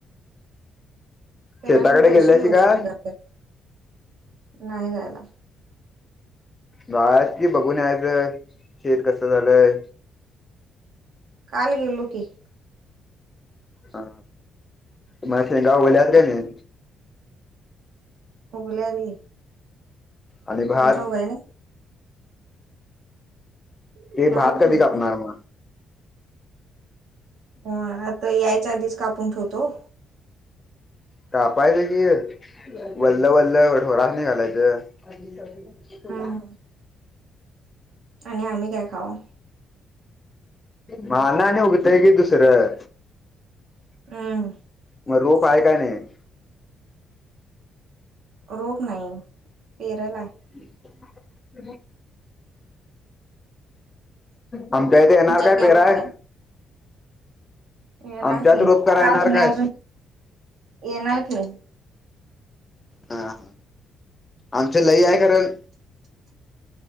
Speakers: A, on the right (about 75°); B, on the left (about 25°).
A: त्यांनाच
B: शेताकडे
A: ना पैसे
B: गेल्याशी
A: मिळूसाठी
B: का
A: करतात. नाही जायला.
B: गाळात कि बघून याच शेत कसं झालंय.
A: काल गेलो की.
B: हा माझ गाव वल्या्याहत काय नी.
A: उघल्या बी.
B: आणि भात
A: तुमचा उघाय नाही. नाही
B: ते भात
A: बी
B: कधी
A: उगले
B: कापणार म.
A: व्हय आता यायच्या आधीच कापून ठेवतो.
B: कापायचे कि, वल्ल वल्ल ढोरासनि घालायचं. इला
A: हम्म
B: <unintelligible>
A: आणि आम्ही काय खाऊ?
B: मा ना आणि उगतय की दुसरं.
A: हम्म.
B: म रोप आहे काय नाही.
A: रोप नाही. पेरलाय.
B: <unintelligible> आमच्या इथे येणार
A: तुमच्यात
B: काय पेराय?
A: रोप येणार
B: आमच्यात
A: की,
B: रोप करा
A: का
B: येणार
A: तुम्ही
B: काय
A: अजून. येणार की.
B: हा. आमचं लई हाय कारण.